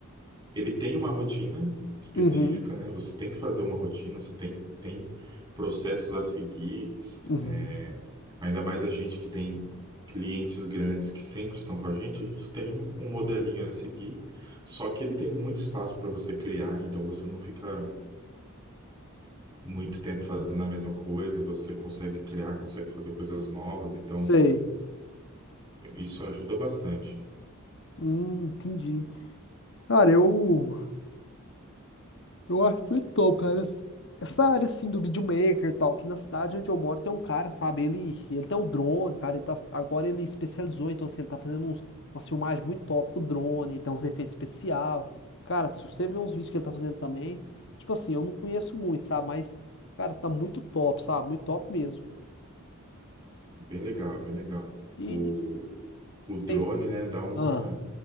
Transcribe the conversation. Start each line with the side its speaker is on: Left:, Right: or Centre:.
Right: ele tem uma rotina específica,
Left: uhum,
Right: né? Você tem que fazer uma rotina, você tem, tem processos a seguir.
Left: uhum.
Right: É, Ainda mais a gente que tem clientes grandes que sempre estão com a gente, a gente tem um um modelinho a seguir, só que ele tem muito espaço para você criar, então você não fica muito tempo fazendo a mesma coisa, você consegue criar, consegue fazer coisas novas, então
Left: Sei.
Right: isso ajuda bastante.
Left: Hum, entendi. Cara, eu. Eu acho muito top, cara. Essa essa área, assim, do videomaker e tal, aqui na cidade onde eu moro tem um cara, sabe? Ele, ele tem um drone, cara. Ele tá, agora ele especializou, então, assim, ele tá fazendo uns, umas filmagens muito top com o drone, tem uns efeitos especial. Cara, se você ver uns vídeos que ele tá fazendo também, tipo assim, eu não conheço muito, sabe? Mas, cara, tá muito top, sabe? Muito top mesmo.
Right: Bem legal, bem legal.
Left: E,
Right: O,
Left: e c-
Right: o
Left: vocês...
Right: drone, né, dá uma,
Left: Ah,